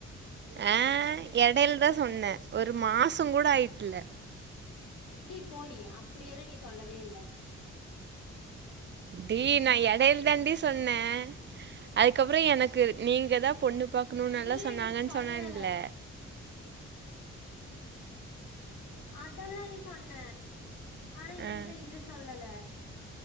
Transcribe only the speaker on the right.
ஆ எடைல தா சொன்ன ஒரு மாசங் கூட ஆயிட்டில்ல
டீ நா எடைல தாண்டி சொன்னே அதுக்கப்றோ எனக்கு நீங்க தா பொண்ணு பாக்கணு நல்லா
சொன்னாங்கன்
சொன்னேன்ல
ஆ